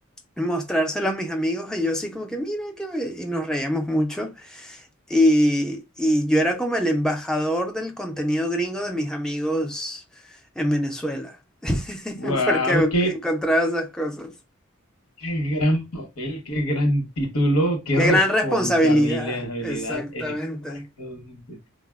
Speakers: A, in the centre; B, on the left.
A: y mostrárselo a mis amigos y yo así como que, mira, qué be-". y nos reíamos mucho. Y, y yo era como el embajador del contenido gringo de mis amigos en Venezuela. <laughs>
B: Wow,
A: porque
B: qué,
A: encontraba esas cosas.
B: Qué gran papel, qué gran título, qué
A: Qué
B: responsabilidad,
A: gran responsabilidad. Exactamente.
B: exactamente.